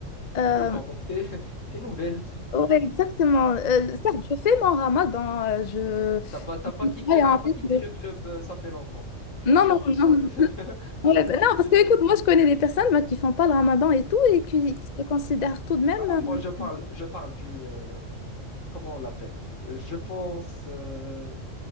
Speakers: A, on the left (about 45°); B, on the left (about 70°).
A: Euh,
B: D'accord, donc tes, <laughs> tes nouvelles.
A: Ouais, exactement. Euh, certes, je fais mon ramadan. euh, je
B: T'as pas, t'as
A: je
B: pas quitté,
A: suis croyante
B: t'as pas
A: et
B: quitté
A: tout.
B: le club, euh, ça fait longtemps. Bien
A: Non,
B: sûr,
A: non,
B: bien sûr,
A: non.
B: je fais, <laughs>
A: Ouais,
B: je,
A: ben non,
B: je
A: parce que
B: fais.
A: écoute, moi je connais des personnes moi, qui font pas le ramadan et tout et qui,
B: Oui.
A: qui se considèrent tout de même.
B: Ah non,
A: euh,
B: moi je parle, je parle du, euh, comment on l'appelle? Euh, Je pense, euh,